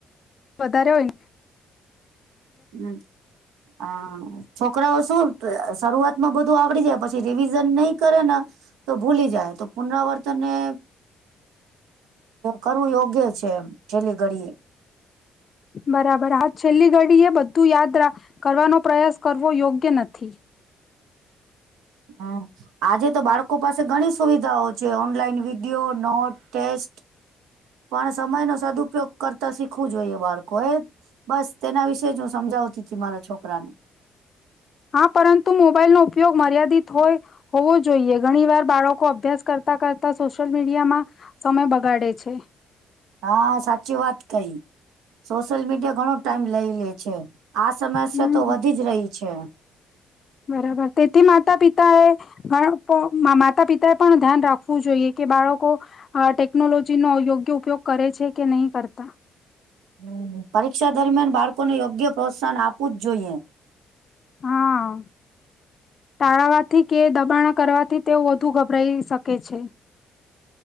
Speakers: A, on the left (about 50°); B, on the right (about 80°).
A: વધારે હોયને.
B: હમ્મ, હા. છોકરાઓ શું શરૂઆતમાં બધું આવડી જાય પછી રિવિઝન નહી કરે ને તો ભૂલી જાય, તો પુનરાવર્તન એ કરવું યોગ્ય છે એ છેલ્લી ઘડીએ.
A: બરાબર. હા છેલ્લી ઘડીએ બધું યાદ કરવાનો પ્રયાસ કરવો યોગ્ય નથી.
B: હમ્મ, આજે તો બાળકો પાસે ઘણી સુવિધાઓ છે, ઓનલાઈન વિડિયો, નોટ, ટેસ્ટ પણ સમય નો સદઉપયોગ કર તા શીખવું જોઈએ બાળકોએ. બસ તેના વિશે જ હું સમજાતી તી મારા છોકરાને.
A: હા, પરંતુ મોબાઈલ નો ઉપયોગ મર્યાદિત હોય, હોવો જોઈએ. ઘણી વાર બાળકો અભ્યાસ કરતા-કરતા સોશિયલ મીડિયામાં સમય બગાડે છે.
B: હા, સાચી વાત કઈ. સોશિયલ મીડિયા ઘણો ટાઈમ લઈ લે છે. આ સમસ્યા
A: હમ
B: તો વધીજ રહી છે. છે.
A: બરાબર. તેથી માતા પિતાએ અઅ પો મા-માતા પિતાએ પણ ધ્યાન રાખવું જોઈએ કે બાળકો અહ ટેકનોલોજીનો યોગ્ય ઉપયોગ કરે છે કે નઈ કરતા.
B: હમ્મ. પરીક્ષા દરમિયાન બાળકોને યોગ્ય પ્રોત્સાહન આપું જ જોઈએ.
A: હા, ટાળાવાથી કે દબાણ કરવાથી તેઓ વધુ ગભરાઈ શકે છે.